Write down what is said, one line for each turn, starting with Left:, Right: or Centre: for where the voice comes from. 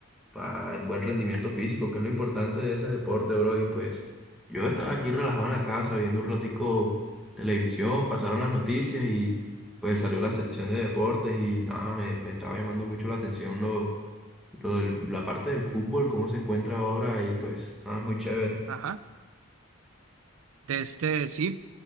Centre: para buen rendimiento físico, que es lo importante de ese deporte, bro. Y pues yo estaba aquí relajado en la casa viendo un ratico televisión, pasaron las noticias y pues salió la sección de deportes y nada, me, me estaba llamando mucho la atención lo, lo del- la parte del fútbol, cómo se encuentra ahora y pues nada, es muy chévere.
Right: Ajá. De este, sí.